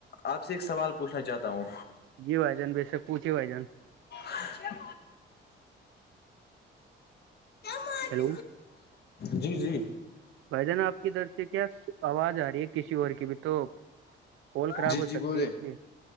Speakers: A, on the left; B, on the right.
A: آپ سے ایک سوال پوچھنا چاہتا ہوں
B: جیوھائی جان بیسک پوچے بھائی جان
A: چہ مارچ
B: ہیلو
A: جی جی
B: بھائی جان آپ کی در سے کیا آواز آ رہی ہے کسی اور کی بھی تو کول خراب
A: جی
B: ہو
A: جی
B: سکتی
A: بولے
B: ہے اس لیے